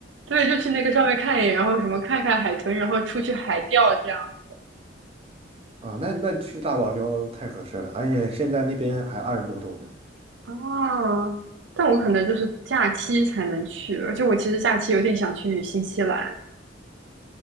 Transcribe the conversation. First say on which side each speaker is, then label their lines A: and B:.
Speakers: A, on the right; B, on the right.
A: 对，就去那个上面看一眼，然后什么看看海豚，然后出去海钓这样。
B: 啊。那那去大堡礁太合适了，而且现在那边还二十多度呢。
A: 啊！但我可能就是假期才能去，而且我其实假期有点想去新西兰。